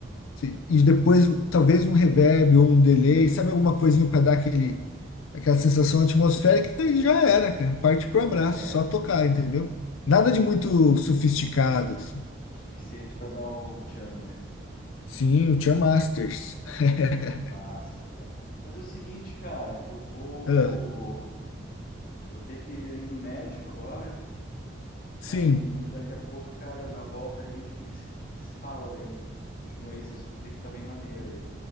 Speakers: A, on the left (about 85°); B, on the left (about 45°).
A: se- e depois talvez um reverb ou um delay, sabe alguma coisinha para dar aquele, aquela sensação atmosférica que já era, cara. Parte pro abraço,
B: É
A: só tocar, entendeu? Nada de muito sofisticado, assim.
B: o suficiente para dar o tchan, né?
A: Sim, o Tia Masters. <laughs>
B: Massa, cara. Fazer o seguinte, cara, eu vou,
A: Ah,
B: eu vou ter que ir no médico agora.
A: sim.
B: Aí daqui a pouco, cara, na volta aí a gente, a gente se fala daí. Continua aí esse assunto aí que tá bem maneiro aí.